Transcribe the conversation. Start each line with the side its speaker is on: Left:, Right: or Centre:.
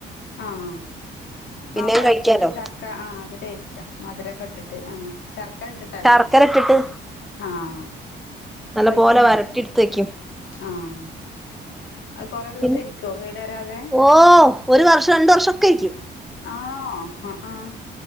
Left: ആഹ്
Centre: പിന്നെയും
Left: ആ പഴുത്തത്
Centre: കഴിക്കാലോ
Left: ച ക്ക ആഹ് അത് ടേസ്റ്റാ മധുരമൊക്കെ ഇട്ടിട്ട് ആഹ് ശർക്കര ഇട്ടിട്ടല്ലേ
Centre: ശർക്കര ഇട്ടിട്ട്
Left: ആഹ് അത്
Centre: നല്ല
Left: കഴിച്ചിട്ടുണ്ട്
Centre: പോലെ വരട്ടി എടുത്ത് വെക്കും
Left: ആഹ് അത് കൊറേ ദിവസം
Centre: പിന്നെ
Left: ഇരിക്കുവോ കേടു വരാതെ
Centre: ഓ ഒരു വർഷം രണ്ട് വർഷൊക്കെ ഇരിക്കും
Left: ആണോ ആഹ് ആഹ്